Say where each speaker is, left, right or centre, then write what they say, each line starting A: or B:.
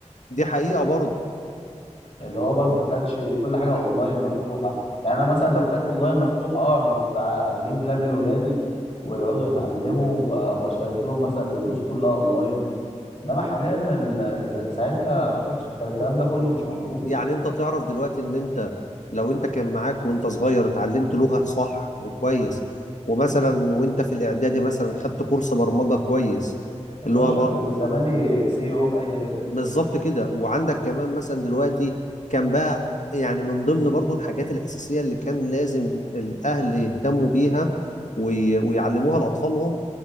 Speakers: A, on the left; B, on the left.
A: دي حقيقة برضه
B: اللي هو برضه ما كانتش كل حاجه اونلاين مفتوحه يعني انا مثلا لو كانت اونلاين مفتوحه اه انا كنت ع- اجيب لاب لاولادي ويقعدوا يتعلموا و... واشترك لهم مثلا في دروس كلها اونلاين انما حاليا ال... ز- ساعتنا ما كانش كان الكلام ده كله مش موجود
A: يعني انت تعرف دلوقتي ان انت لو انت كان معاك وانت صغير اتعلمت لغة صح وكويس ومثلا وانت في الاعدادي مثلا خدت كورس برمجة كويس
B: يا
A: اللي
B: باشا
A: هو
B: كنت زماني سي او في اي شركه
A: بالظبط كده وعندك كمان مثلا دلوقتي كان بقى يعني من ضمن برضو الحاجات الأساسية اللي كان لازم الأهل يهتموا بيها وي- ويعلموها لأطفالهم